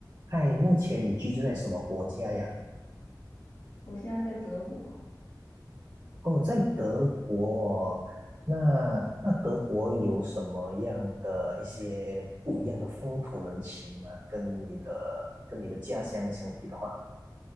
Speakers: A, on the right; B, on the left.
A: 嗨，目前你居住在什么国家呀？
B: 我现在在德国，
A: 哦，在德国哦那那德国有什么样的一些不一样的风土人情吗？跟你的跟你的家乡相比的话，